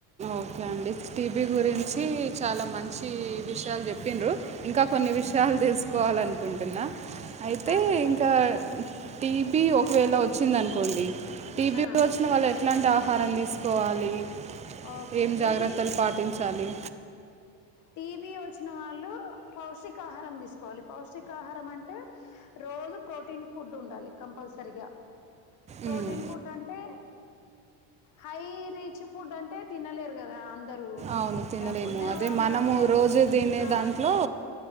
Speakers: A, on the right (about 20°); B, on the left (about 50°).
A: ఓకే అండి టీబీ గురించి చాలా మంచి విషయాలు చెప్పిన్రు ఇంకా కొన్ని విషయాలు తెలుసుకోవాలనుకుంటున్నా అయితే
B: ఆ, చెప్పండి
A: ఇంకా టీబీ వచ్చిందనుకోండి టీబీ
B: ఆ,
A: వచ్చిన వాళ్ళ ఎట్లాంటి ఆహారం తీసుకోవాలి
B: ఓకే
A: ఏం
B: టీబీ
A: జాగ్రత్తలు పాటించాలి.
B: టీబి వచ్చిన వాళ్ళు పౌష్టికాహారం తీసుకోవాలి. పౌష్టికాహారం అంటే రోజు ప్రోటీన్ ఫుడ్ ఉండాలి. కంపల్సరిగా ప్రోటీన్
A: ఉమ్,
B: ఫుడ్ అంటే హై రేచ్ ఫుడ్ అంటే తినలేరు కదా రు
A: అవును తినలేము
B: డబ్బున్న
A: అదే
B: వాళ్ళు
A: మనము
B: అంటే
A: రోజు తినే
B: ఆ
A: దాంట్లో